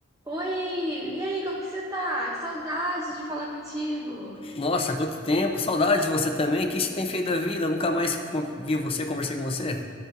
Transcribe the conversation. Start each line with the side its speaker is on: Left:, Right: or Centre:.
Right: Oi! E aí, como que você tá? Que saudade de falar contigo!
Left: Nossa, quanto tempo, saudade de você também. O que você tem feito da vida? Nunca mais con- vi você, conversei com você.